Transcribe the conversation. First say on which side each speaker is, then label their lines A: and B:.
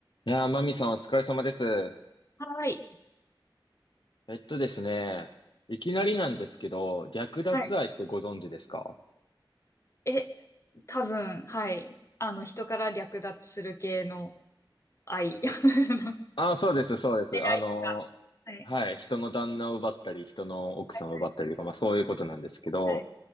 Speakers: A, on the left; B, on the left.
A: いやー、マミさんお疲れ様です。
B: はい。
A: えっとですね、いきなりなんですけど、略奪愛ってご存知ですか
B: はい。え、多分、はい。あの、人から略奪する系の愛。<laughs>
A: ああー、そうです、そうです。
B: 出会いとか。
A: あのーはい、
B: はい。
A: 人の旦那を奪ったり、人の奥さんを奪ったりとか、
B: はい。
A: まあそういうことなんですけど、
B: はい。